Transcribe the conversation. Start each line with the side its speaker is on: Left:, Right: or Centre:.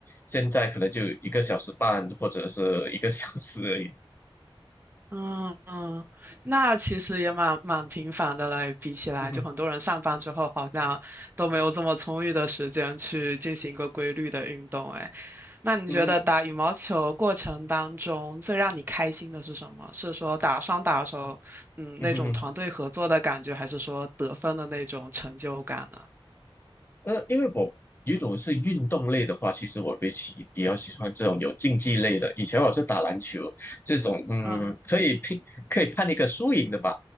Left: 现在可能就一个小时半或者是一个小时而已。
Right: 嗯嗯，那其实也蛮蛮频繁的了，比起来，
Left: <laughs> 嗯哼，
Right: 就很多人上班之后好像都没有这么充裕的时间去进行一个规律的运动。哎，那你觉得打羽毛球过程当中最让你开心的是什么？
Left: 嗯哼，
Right: 是说打双打手，嗯，
Left: 嗯哼嗯
Right: 那种团队合作的感觉，还是说得分的那种成就感呢？
Left: 哼，呃，因为我如果是运动类的话，其实我比起比较喜欢这种有竞技类的。以前我是打篮球这种，嗯，
Right: 嗯
Left: 可以拼，可以判一个输赢的吧。